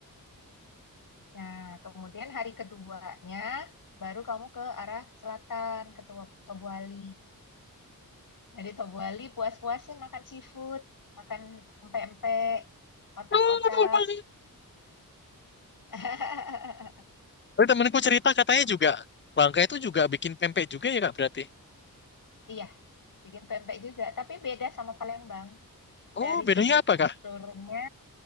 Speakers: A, on the left; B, on the left.
A: Nah, kemudian hari keduanya baru kamu ke arah selatan, ke Tu- Tobuali. Nah, di Tobuali puas-puasin makan seafood, makan empek-empek, otak-otak.
B: Oh, aduh, Bang.
A: <laughs>
B: Oh, temanku cerita katanya juga bangka itu juga bikin pempek juga ya, Kak, berarti.
A: Iya, bikin pempek juga, tapi beda sama Palembang. Dari
B: Oh, bedanya
A: segi
B: apa,
A: teksturnya,
B: Kak?